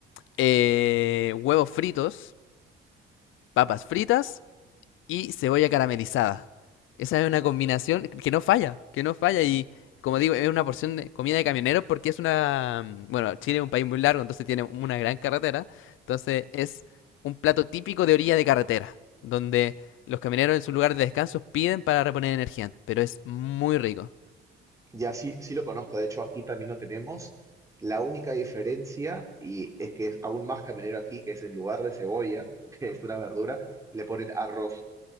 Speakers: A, on the left (about 90°); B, on the right (about 15°).
A: eh, huevos fritos, papas fritas y cebolla caramelizada. Esa es una combinación que no falla, que no falla y como digo, es una porción de comida de camioneros porque es una... mm, Bueno, Chile es un país muy largo, entonces tiene una gran carretera. Entonces es un plato típico de orilla de carretera, donde los camioneros en su lugar de descanso piden para reponer energía, pero es muy rico.
B: Ya sí, sí lo conozco, de hecho aquí también lo tenemos. La única diferencia, y es que es aún más caminero aquí, que es en lugar de cebolla, <laughs> que es una verdura, le ponen arroz.